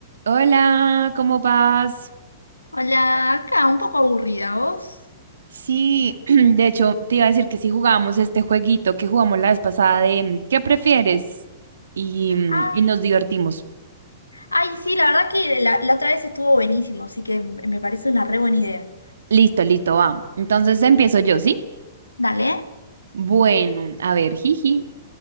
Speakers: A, on the right (about 65°); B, on the left (about 80°).
A: Hola, ¿cómo vas?
B: Hola, acá un poco aburrida, ¿vos?
A: Sí, <clears throat> de hecho, te iba a decir que si jugamos este jueguito que jugamos la vez pasada de mm, ¿qué prefieres? Y, mm,
B: Ay,
A: y nos divertimos.
B: Ay, sí, la verdad que la, la otra vez estuvo buenísimo, así que m- me parece una re buena idea.
A: Listo, listo, va. Entonces empiezo yo, ¿sí?
B: Dale.
A: Bueno, a ver, jiji,